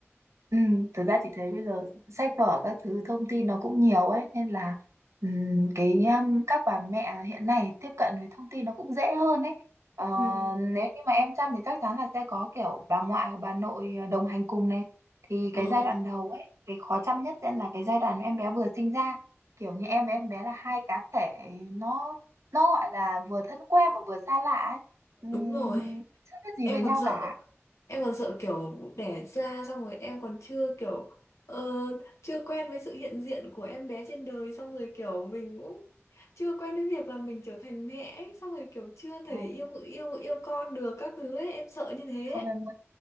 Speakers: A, on the right (about 80°); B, on the left (about 75°).
A: Ừ, thật ra chị thấy bây giờ sách vở các thứ thông tin nó cũng nhiều ấy nên là ừm, cái um, các bà mẹ hiện nay tiếp cận với thông tin nó cũng dễ hơn ấy Ờ,
B: Ừ.
A: nếu như mà em chăm thì chắc chắn là sẽ có kiểu bà ngoại hoặc bà nội ờ, đồng hành cùng này thì
B: ờ
A: cái giai đoạn đầu ấy cái khó chăm nhất sẽ là cái giai đoạn em bé vừa sinh ra kiểu như
B: Ừ.
A: em với em bé là hai cá thể nó nó gọi là vừa thân quen mà vừa xa lạ ấy Ừm,
B: đúng rồi
A: chưa biết gì
B: em
A: về nhau
B: còn sợ
A: cả
B: em còn sợ kiểu đẻ ra xong rồi em còn chưa kiểu ờ, chưa quen với sự hiện diện của em bé trên đời xong rồi kiểu mình cũng chưa quen với việc là mình trở thành mẹ ấy, xong rồi kiểu chưa thể
A: ừ.
B: yêu vợ- yêu vợ- yêu con được các thứ ấy em sợ như thế
A: không
B: ấy.
A: em